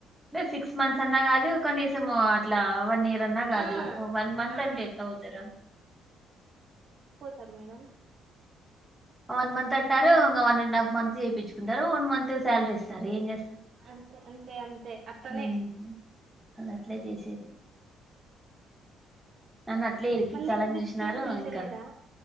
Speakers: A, in the centre; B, on the right.
A: సిక్స్ మంత్స్ అన్నా కాదు కనీసము ఇట్లా వన్ ఇయర్ అన్నా కాదు
B: ఆ
A: వన్ మంత్
B: ఆ
A: అంటే ఎట్లా పోతారా
B: సరే మేడం
A: వన్ మంత్ త్ అంటారు ఇంగ వన్ అండ్ హాఫ్ మంత్ చేపించుకుంటారు వన్ మంత్ సాలరీ ఇస్తారు ఏం చేస్
B: అంతే అంతే అంతే అట్లనే
A: ఉం వాళ్ళు అట్లే చేసేది నన్ను అట్లే ఇరికిచ్చాలని
B: మళ్ళీ మీకేం
A: చూసినారు
B: పిలిచలేదా
A: ఇంకా